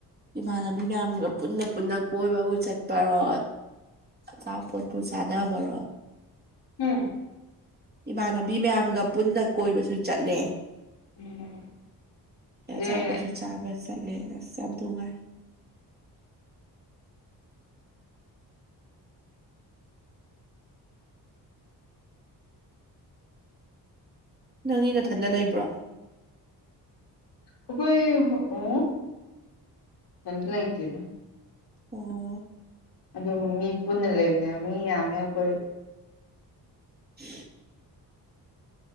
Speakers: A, on the right; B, on the left.
A: ꯏꯃꯥꯟꯅꯕꯤ ꯃꯌꯥꯝꯒ ꯄꯨꯟꯅ ꯄꯨꯟꯅ ꯀꯣꯏꯕꯕꯨ ꯆꯠꯄꯔꯣ ꯑꯆꯥꯄꯣꯠꯄꯨ ꯆꯥꯟꯅꯕꯔꯣ
B: ꯍꯨꯝ
A: ꯏꯃꯥꯟꯅꯕꯤ ꯃꯌꯥꯝꯒ ꯄꯨꯟꯅ ꯀꯣꯏꯕꯁꯨ ꯆꯠꯂꯦ
B: <unintelligible> ꯑꯗꯨꯅꯦ
A: ꯑꯆꯥꯄꯣꯠꯁꯨ ꯆꯥꯕ ꯆꯠꯂꯦ ꯑꯁ ꯌꯥꯝ ꯅꯨꯉꯥꯏ ꯅꯪꯒꯤ ꯅꯊꯟꯗ ꯂꯩꯕ꯭ꯔꯣ
B: ꯑꯈꯣꯏ ꯑꯣ ꯏꯊꯟꯇꯥ ꯂꯩꯇꯦꯗ
A: ꯑꯣ
B: ꯑꯗꯨꯝ ꯃꯤ ꯄꯨꯟꯅ ꯂꯩꯃꯤꯟꯅꯕꯅꯦ ꯃꯤ ꯌꯥꯝꯃꯦ ꯑꯩꯈꯣꯏ
A: <unintelligible>